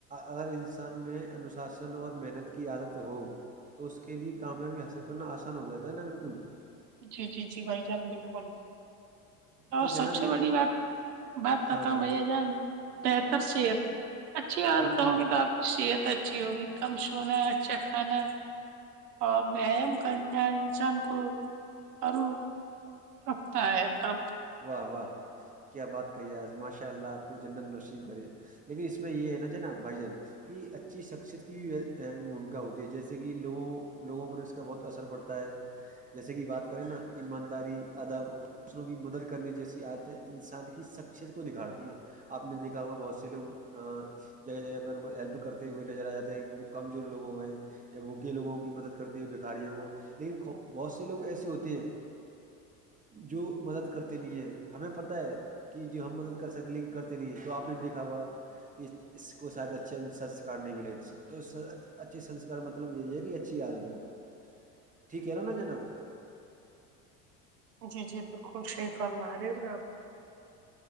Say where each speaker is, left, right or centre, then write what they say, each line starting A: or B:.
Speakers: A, on the right; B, on the right.
A: اگر انسان میں انوشاسن اور محنت کی عادت ہو تو اس کے لیے کامیابی حاصل کرنا آسان ہو جاتا ہے نا بالکل
B: جی جی جی بھائی جان بالکل اور
A: تو جناب
B: سب سے
A: یہ
B: بڑی
A: بت-
B: بات بات بتاؤ
A: ہاں ہاں
B: بھیا جان بہتر سے اچھی
A: بالکل
B: عادت ہوں
A: بالکل
B: گی تو آپ صحت اچھی ہوگی کم سونا اچھا کھانا اور ویایام کرنا انسان کو اور رکھتا ہے پر
A: واہ واہ کیا بات کہی ہے ماشاء اللہ آپ کو جنت نشب کرے لیکن اس میں یہ ہے نا جو نا بھائی جان کی اچھی شخصیت کی بھی بھومکا ہوتی ہے جیسے کہ لوگوں لوگوں پر اس کا بہت اثر پڑتا ہے ہے جیسے کہ بات کریں نا ایمانداری ادب اور دوسروں کی مدد کے کرنے جیسی آتیں انسان کی شخصیت کو نکھارتی ہیں آپ نے دیکھا ہوا بہت سے لوگ جگہ جگہ پر ہیلپ کرتے ہوئے لے ج آ جاتے ہیں جو کمزور لوگوں میں ہیں یا بھوکے لوگوں کی مدد کرتے ہوئے بکھاریوں کو لیکن بہت سے لوگ ایسے ہوتے ہیں جو مدد کر نہیں ہے ہمیں پت ہے کہ جو ہم مدد کر سکتے ہیں لیکن کرتے نہیں ہیں تو آپ نے دیکھا ہوا کہ اس کو شاید اچھے سنسکار نہیں ملے تو اچھے سنسکار مطلب یہ ہے کہ اچھی عادت ہے ٹھیک ہے نا نا جناب
B: جی جی بالکل شیف ہم آ رہے ہو آپ